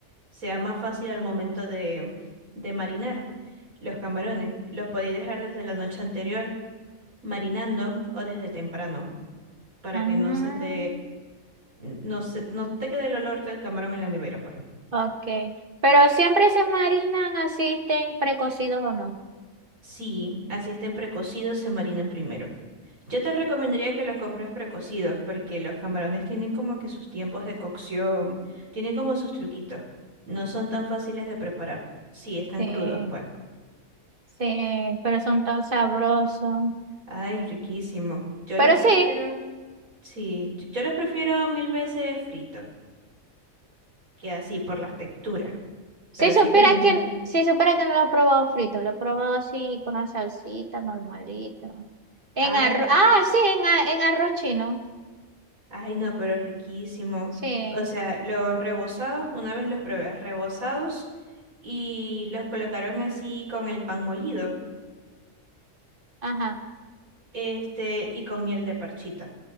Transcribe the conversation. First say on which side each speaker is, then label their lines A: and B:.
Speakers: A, on the right; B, on the right.
A: sea más fácil al momento de, de marinar los camarones. Los podéis dejar desde la noche anterior marinando o desde temprano para
B: Ah,
A: que no se te N- No se, no te quede el olor del camarón en la nevera, pues.
B: ok. Pero siempre se marinan así, estén precocidos o no.
A: Sí, así estén precocidos, se marinan primero. Yo te recomendaría que los compres precocidos, porque los camarones tienen como que sus tiempos de cocción, tienen como sus truquitos. No son tan fáciles de preparar. Sí, están
B: Sí,
A: crudos, pues.
B: sí, pero son tan sabrosos.
A: Ay, riquísimo. Yo
B: Pero
A: los prefiero,
B: sí,
A: sí, yo yo los prefiero mil veces fritos, que así por las texturas.
B: Si
A: Pero
B: supieras
A: sí también,
B: que, si supieras que no lo he probado frito, lo he probado así con la salsita normalito.
A: ay.
B: En arroz, ah, sí, en, a- en arroz chino.
A: Ay, no, pero es riquísimo.
B: Sí,
A: O sea, los rebozados, una vez los probé, rebozados, y los colocaron así con el pan molido,
B: ajá.
A: este, y con miel de parchita.